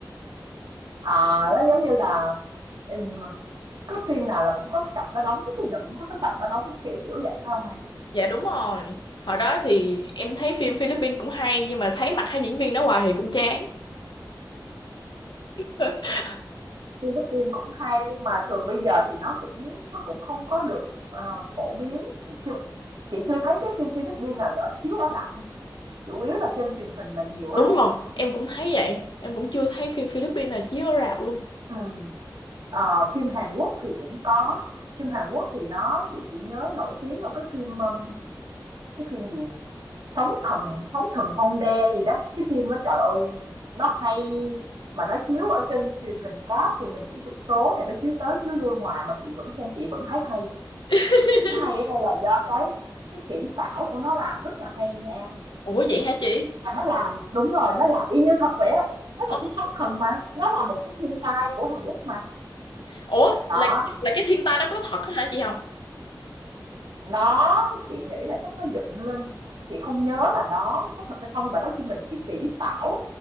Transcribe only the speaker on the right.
Ờ, nó giống như là, ừm, cứ phim nào là cũng có cái cặp đó đóng, cái phim nào cũng có cái cặp đó đóng, cái kiểu kiểu vậy phải không em?
Ừm.
Philippines cũng hay nhưng mà thường bây giờ thì nó cũng nó cũng không có được ờ, phổ biến. Chưa, chị chưa thấy cái phim Philippines nào ở chiếu ở rạp nha. Chủ yếu là trên truyền hình là nhiều á
em.
Ừ. Ờ, phim Hàn Quốc thì cũng có. Phim Hàn Quốc thì nó chị chỉ nhớ nổi tiếng là cái phim um, cái phim gì nè? Sóng thần Sóng thần Honda gì đó, cái phim đó trời ơi, nó hay mà nó chiếu ở trên truyền hình cáp, truyền hình kỹ thuật số này nó chiếu tới chiếu lui hoài mà chị vẫn xem chị vẫn thấy hay.
Nó hay ở đây là do cái cái kỹ xảo của nó làm rất là hay nha An.
Và nó làm đúng rồi, nó làm y như thật vậy á. Nó
là cái sóng thần mà, nó là một cái thiên tai của Hàn Quốc mà.
Đó,
Nó chị nghĩ là chắc nó dựng lên, chị không nhớ là nó có thật hay không, nhưng mà nói chung là cái kỹ xảo